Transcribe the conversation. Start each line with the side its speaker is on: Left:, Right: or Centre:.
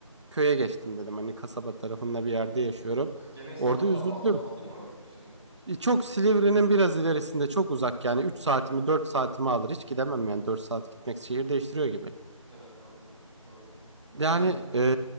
Right: Köye geçtim dedim. Hani kasaba tarafında bir yerde yaşıyorum.
Centre: Gene İstanbul'a
Right: Orada üzüldüm.
Centre: bağlı ama değil mi şeyin?
Right: E, Çok Silivri'nin biraz ilerisinde çok uzak yani 3 saatimi 4 saatimi alır. Hiç gidemem yani 4 saat gitmek şehir değiştiriyor gibi.
Centre: Evet anladım. Doğru.
Right: Yani
Centre: Ben İz... Evet.
Right: e,